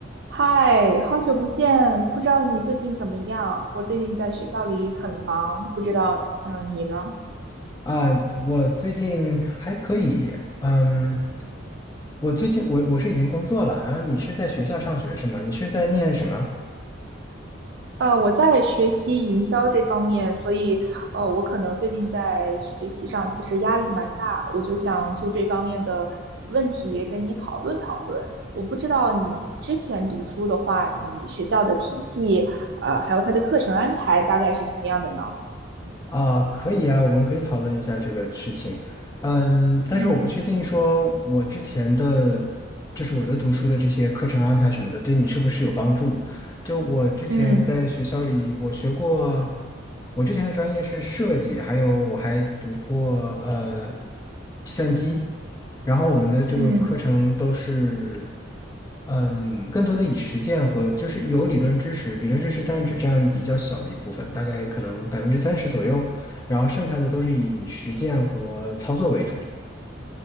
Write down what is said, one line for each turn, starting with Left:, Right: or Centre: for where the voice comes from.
Right: 嗨，好久不见，不知道你最近怎么样？我最近在学校里很忙，不知道，嗯，你呢？
Left: 啊，我最近还可以，嗯，我最近我我是已经工作了，然后你是在学校上学是吗？你是在念什么？
Right: 呃，我在学习营销这方面，所以，呃，我可能最近在学习上其实压力蛮大，我就想就这方面的问题跟你讨论讨论。我不知道你之前读书的话，你学校的体系，呃，还有它的课程安排大概是什么样的呢？
Left: 啊，可以啊，我们可以讨论一下这个事情，嗯，但是我不确定说我之前的
Right: 嗯
Left: 就是我的读书的这些课程安排什么的，对你是不是有帮助？就我之前在学校里，
Right: 嗯
Left: 我学过，我之前的专业是设计，还有我还读过呃计算机。然后我们的这个课程都是，
Right: 嗯，
Left: 嗯，更多的以实践和就是有理论知识，理论知识但只占比较小的一部分，大概可能百分之三十左右，然后剩下的都是以实践和操作为主。